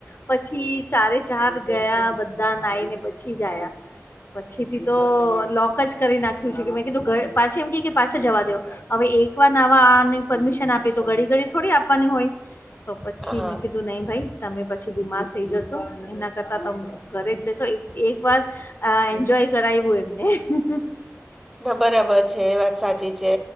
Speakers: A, on the left; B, in the centre.
A: પછી ચારે ચાર ગયા, બધા નાઈને પછી જયા પછી થી તો લોક જ કરી નાખ્યું છે. કે મેં કીધું ઘ પાછી એમ કે કે પાછા જવા દો હવે એક વાર નવા આની પરમિશન આપી તો ઘડી ઘડી થોડી આપવાની હોય. તો પછી
B: હા
A: મેં કીધું નહી ભાઈ તમે પછી બીમાર થઈ જશો, એના કરતાં તમ ઘરે જ બેસો એક વાર અ એન્જોય કરાવું એમને
B: ના બરાબર છે. એ વાત સાચી છે.